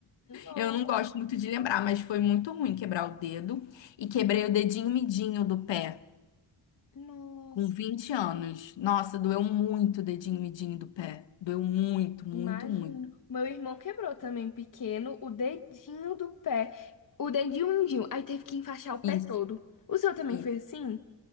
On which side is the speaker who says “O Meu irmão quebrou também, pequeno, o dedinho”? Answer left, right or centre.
Left